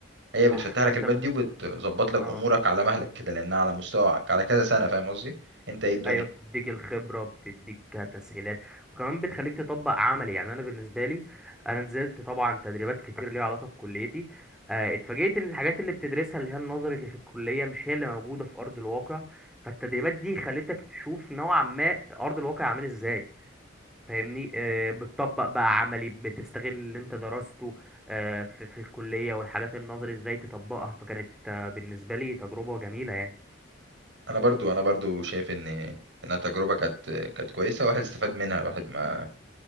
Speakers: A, on the right; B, in the centre.
A: هي بتفتح
B: صح
A: لك
B: فانت
A: البيبان
B: ب...
A: دي وبتظبط لك
B: اه
A: امورك على مهلك كده لانها على مستواك على كذا سنه فاهم قصدي انت ايه الدنيا
B: ايوه بتديك الخبره بتديك تسهيلات وكمان بتخليك تطبق عملي يعني انا بالنسبه لي انا نزلت طبعا تدريبات كتير ليها علاقه بكليتي آه، اتفاجئت ان الحاجات اللي بتدرسها اللي هي النظري اللي في الكليه مش هي اللي موجوده في ارض الواقع فالتدريبات دي خلتك تشوف نوعا ما ارض الواقع عامل ازاي فاهمني آه، بتطبق بقى عملي بتستغل اللي انت درسته آه، في في الكليه والحاجات النظري ازاي تطبقها فكانت آه، بالنسبه لي تجربه جميله يعني
A: انا برضو انا برضو شايف ان انها تجربه كانت كانت كويسه الواحد استفاد منها الواحد ما